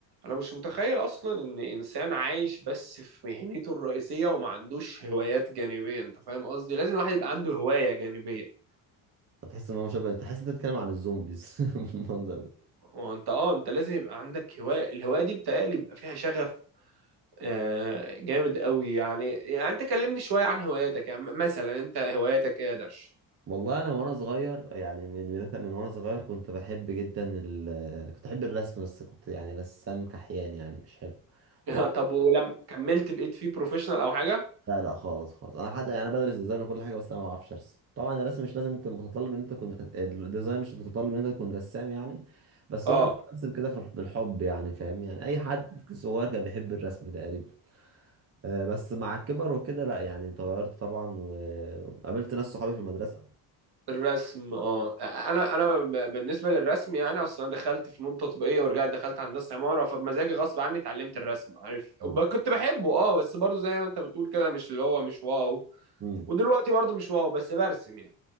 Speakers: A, on the right; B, on the right.
A: انا مش متخيل اصلا ان انسان عايش بس في مهنته الرئيسيه وما عندوش هوايات جانبيه انت فاهم قصدي لازم الواحد يبقى عنده هوايه جانبيه
B: تحس ان هو شبه تحس انت بتتكلم عن الزومبيز <laughs> المنظر ده
A: وانت اه انت لازم يبقى عندك هوايه الهوايه دي بتهيألي يبقى فيها شغف آه، جامد قوي يعني يعني انت كلمني شويه عن هواياتك يعني م- مثلا انت هواياتك ايه يا درش
B: والله انا وانا صغير يعني من بداية من وانا صغير كنت بحب جدا ال... كنت بحب الرسم بس كنت يعني رسام كحيان يعني مش حلو
A: <laughs>
B: ومع
A: طب ولما كملت بقيت فيه بروفيشنال او حاجه
B: لا لا خالص خالص انا حتى يعني بدرس ديزاين وكل حاجه بس انا ما بعرفش ارسم طبعا الرسم مش لازم انت متطلب ان انت تكون الديزاين مش متطلب ان انت تكون رسام يعني بس
A: اه
B: هو انا كنت برسم كده في- بالحب يعني فاهم يعني اي حد صغير كان بيحب الرسم تقريبا آه، بس مع الكبر وكده لا يعني اتغيرت طبعا وقابلت ناس صحابي في المدرسة
A: الرسم اه انا انا ب- بالنسبه للرسم يعني اصلا أنا دخلت فنون تطبيقيه ورجعت دخلت هندسه عماره فبمزاجي غصب عني اتعلمت الرسم عارف
B: مم.
A: ب- كنت بحبه اه بس برضه زي ما انت بتقول كده مش اللي هو مش واو
B: مم.
A: ودلوقتي برضه مش واو بس برسم يعني